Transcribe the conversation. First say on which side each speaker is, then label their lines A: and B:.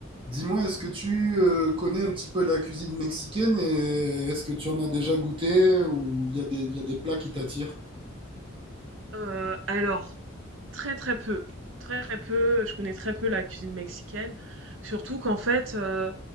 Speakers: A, on the right (about 25°); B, on the right (about 65°).
A: Dis-moi, est-ce que tu euh, connais un petit peu la cuisine mexicaine et est-ce que tu en as déjà goûté ou il y a des, il y a des plats qui t'attirent?
B: Heu, alors très, très peu, très, très peu, je connais très peu la cuisine mexicaine, surtout qu'en fait, heu,